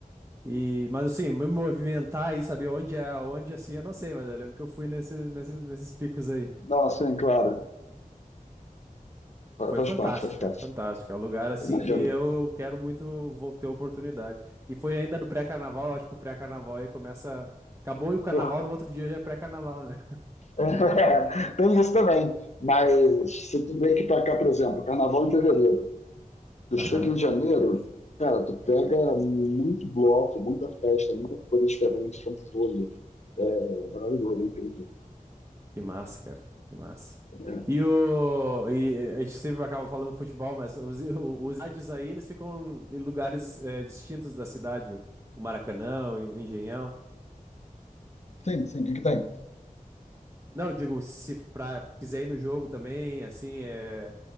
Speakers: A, on the right; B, on the left.
A: e, mas assim, me movimentar e saber onde é, onde assim, eu não sei, mas eu lembro que eu fui nesse, nesse, nesses picos aí.
B: Não, assim, claro, fa-
A: Foi
B: faz
A: fantástico,
B: parte, faz parte.
A: cara, fantástico. É um lugar assim
B: Imagino.
A: que eu quero muito vou ter oportunidade. E foi ainda no pré-carnaval, acho que o pré-carnaval aí começa. Acabou e o carnaval,
B: Pô,
A: no outro dia já é pré-carnaval, né?
B: <laughs> Tem isso também. Mas se tu vê que pra cá, por exemplo, carnaval em fevereiro, tu chega
A: Aham,
B: em janeiro, cara, tu pega muito bloco, muita festa, muita coisa diferente o tempo todo. É maravilhoso, é incrível.
A: Que massa, cara, que massa.
B: É.
A: E o. E a gente sempre acaba falando futebol, mas os, os estádios aí, eles ficam em lugares eh, distintos da cidade. O Maracanã, o Engenhão.
B: Sim, sim, o que que tem?
A: Não, digo, se pra, quiser ir no jogo também, assim, é,